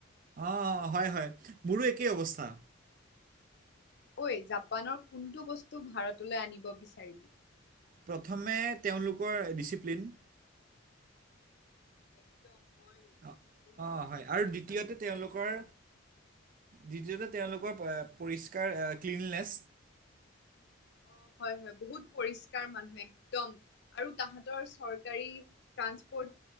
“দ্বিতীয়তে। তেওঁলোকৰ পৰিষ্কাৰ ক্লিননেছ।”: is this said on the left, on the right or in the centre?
Right